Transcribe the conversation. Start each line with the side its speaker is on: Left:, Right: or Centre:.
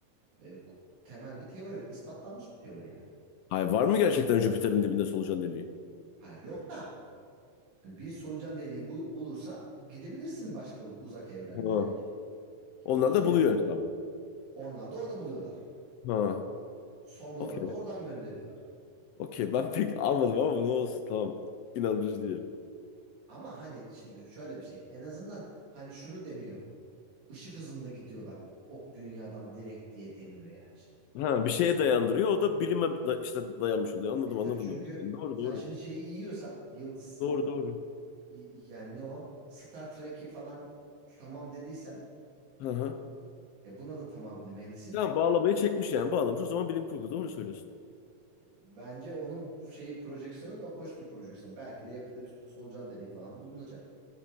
Right: e, ku- temel bir teori. ispatlanmış bir teori yani.
Left: Hayır var mı gerçekten Jüpiter'in dibinde solucan deliği?
Right: Hayır yok da. Hani bir solucan deliği bu- bulursan gidebilirsin başka uzak evrenlere.
Left: Ha. Onlar
Right: Uzay
Left: da buluyor
Right: üstü.
Left: hesabı.
Right: Onlar da orada buluyorlar.
Left: Ha.
Right: Sondaları
Left: Okey.
Right: da oradan gönderiyorlar.
Left: Okey. Ben pek almadım ama ne olsun tamam. İnandırıcı diyelim.
Right: Ama hani şimdi şöyle bir şey. En azından hani şunu demiyor. ışık hızında gidiyorlar. O dünyadan direkt diye demiyor yani şimdi.
Left: Ha bir şeye dayandırıyor. O da bilime da- işte dayanmış oluyor. Anladım
Right: E tabii
Left: anladım
Right: çünkü
Left: demek istedim. Doğru
Right: sen
Left: doğru.
Right: şimdi şeyi yiyorsan yıldız
Left: Doğru doğru.
Right: yani ne o Star Trek'i falan tamam dediysen
Left: Hı hı.
Right: e buna da tamam demelisin.
Left: Tamam bağlamayı çekmiş yani bağlamış. O zaman bilim kurgu doğru söylüyorsun.
Right: Bence onun şeyi projeksiyonu da hoş bir projeksiyon. Belki de yakında bir solucan deliği falan bulunacak.